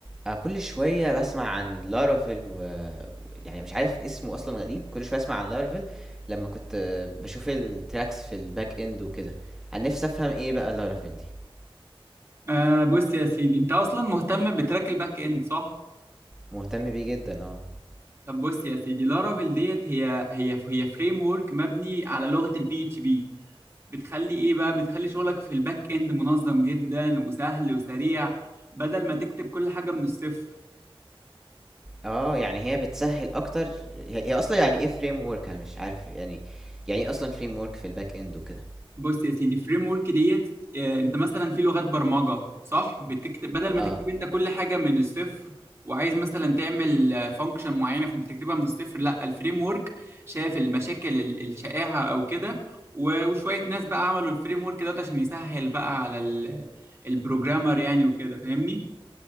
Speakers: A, in the centre; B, on the right.
A: آه، كل شوية باسمع عن Laravel و ويعني مش عارف اسمه أصلًا غريب، كل شوية أسمع عن Laravel لمّا كنت باشوف الtracks في الback end وكده. أنا نفسي أفهم إيه بقى Laravel دي،
B: آه بص يا سيدي انت اصلا مهتم بتراك الباك اند صح
A: مهتم بيه جدًا آه.
B: طب بص يا سيدي لارافيل ديت هي هي هي فريم ورك مبني على لغه البي اتش بي بتخلي ايه بقى بتخلي شغلك في الباك اند منظم جدا وسهل وسريع بدل ما تكتب كل حاجه من الصفر
A: آه، يعني هي بتسهّل أكتر هي هي أصلًا يعني إيه framework أنا مش عارف يعني يعني إيه أصلًا framework في الback end وكده؟
B: بص يا سيدي فريم ورك ديت آه، انت مثلا في لغات برمجه صح بتكتب بدل ما
A: آه،
B: تكتب انت كل حاجه من الصفر وعايز مثلا تعمل فانكشن معينه فانت بتكتبها من الصفر لا الفريم ورك شاف المشاكل ال- الشائعه او كده و- وشويه ناس بقى عملوا الفريم ورك دوت عشان يسهل بقى على ال- البروجرامر يعني وكده فاهمني